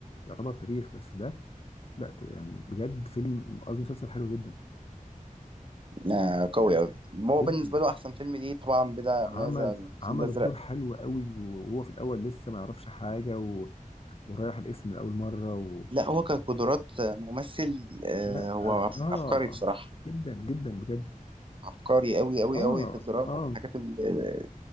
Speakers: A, on the left; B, on the right.
A: يعتبر تاريخ بس ده لا يعني بجد فيلم قصدي مسلسل حلو جدا يعني
B: آه قوي قوي هو
A: جدا
B: بالنسبه له احسن فيلم ليه طبعا بلا منازع
A: عمل
B: الفيل
A: عمل
B: الازرق
A: الدور حلو قوي وهو في الاول لسه ما يعرفش حاجه و... ورايح الاسم لاول مره و...
B: لا هو كقدرات ممثل آه
A: لا
B: هو
A: أب...
B: عب-
A: اه
B: عبقري بصراحه
A: جدا جدا بجد
B: عبقري قوي قوي
A: اه
B: قوي في الدراما
A: اه
B: وفي حاجات ال-